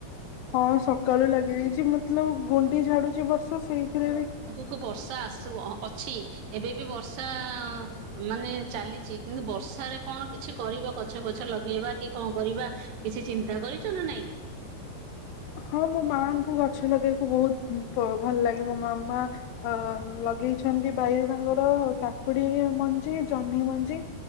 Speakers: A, on the left; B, on the right.
A: ହଁ ସକାଳୁ ଲାଗିଯାଇଛି ମତଲବ୍ ଗୁଣ୍ଡି ଝାଡୁଛି ବର୍ଷା ସେଇଥିରେ ବି।
B: କୁ ବର୍ଷା ଆସୁ ଅ ଅଛି ଏବେ ବି ବର୍ଷା ମାନେ ଚାଲିଛି କିନ୍ତୁ ବର୍ଷାରେ କଣ କିଛି କରିବ ଗଛ ପଛ ଲଗେଇବା କି କଣ କରିବା। କିଛି ଚିନ୍ତା କରିଛ ନା ନାଇଁ?
A: ହଁ ମୋ ମାଆଙ୍କୁ ଗଛ ଲଗେଇବାକୁ ବହୁତ ବ ଭଲ ଲାଗେ ମୋ ମାମା ଅ ଲଗେଇଛନ୍ତି ବାଇରେ ତାଙ୍କର କାକୁଡି ମଞ୍ଜି, ଜହ୍ନି ମଞ୍ଜି।